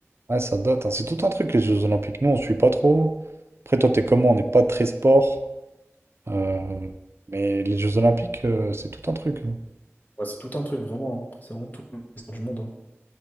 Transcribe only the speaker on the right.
Ouais, ça date, hein. C'est tout un truc, les Jeux Olympiques. Nous, on suit pas trop. Après, toi, t'es comment? On n'est pas très sport. Euh, mais les Jeux Olympiques, euh, c'est tout un truc. hein.